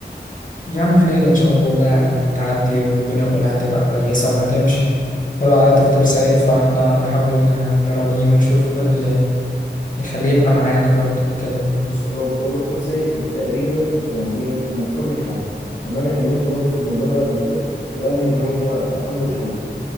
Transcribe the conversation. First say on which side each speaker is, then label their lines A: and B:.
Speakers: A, on the left; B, on the left.
A: يا عم خير ان شاء الله والله يعني هتعدي والدنيا كلها هتبقى كويسة وهتمشي ولو على دكتور سيد فاحنا نحاول ن- نراضيه ونشوف ايه اللي يخليه يبقى معانا برضه كده
B: بص هو هو دكتور سيد تقريبا يعني ايه مقفول من حل ان انا كلمته برضه في الموضوع ده قبل كده وقال لي ان هو عنده الحل